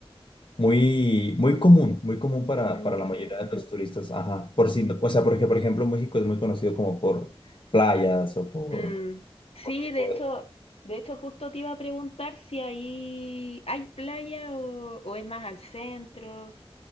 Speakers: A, on the left; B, on the left.
A: muy, muy común, muy común para,
B: Bonito.
A: para la mayoría de los turistas, ajá. Por si, o sea, porque, por ejemplo, México es muy conocido como por playas o por,
B: Mm, sí,
A: por tipo
B: de hecho,
A: de
B: de hecho justo te iba a preguntar si ahí hay playa o, o es más al centro.